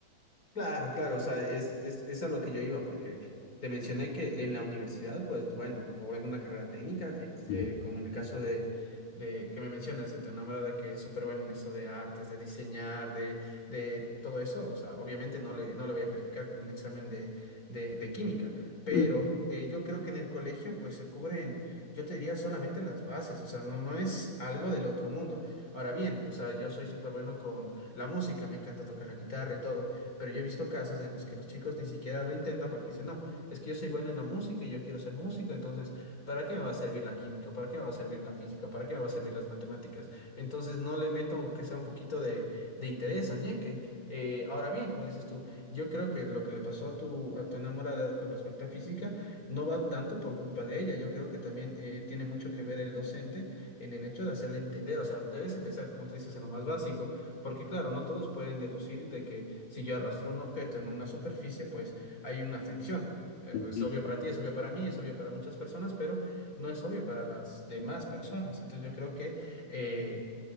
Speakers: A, on the left; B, on the left.
A: Claro, claro, o sea, es, es, es a lo que yo iba, porque te mencioné que en la universidad, pues bueno, o en una carrera técnica, ex-
B: Ujú,
A: eh, como en el caso de, de que me mencionas, de tu enamorada que es súper buena en eso de artes, de diseñar, de, de todo eso, o sea, obviamente no le, no le voy a calificar con un examen de, de, de química, pero
B: ujú,
A: eh, yo creo que en el colegio, pues se cubren, yo te diría solamente las bases, o sea, no, no es algo del otro mundo. Ahora bien, o sea, yo soy súper bueno con la música, me encanta tocar la guitarra y todo pero yo he visto casos en los que los chicos ni siquiera lo intentan porque dicen, no, es que yo soy bueno en la música y yo quiero ser músico, entonces, ¿para qué me va a servir la química? ¿Para qué me va a servir la física? ¿Para qué me va a servir las matemáticas? Entonces no le meto aunque sea un poquito de, de interés o ñeque. Eh, ahora bien, como dices tú, yo creo que lo que le pasó a tu, a tu enamorada con respecto a física no va tanto por culpa de ella. Yo creo que también eh, tiene mucho que ver el docente en el hecho de hacerle entender. O sea, debes empezar, como tú dices, en lo más básico. Porque claro, no todos pueden deducir de que si yo arrastro un objeto en una superficie, pues hay una fricción. Eh,
B: ujú,
A: Es obvio para ti, es obvio para mí, es obvio para muchas personas, pero no es obvio para las demás personas. Entonces yo creo que eh,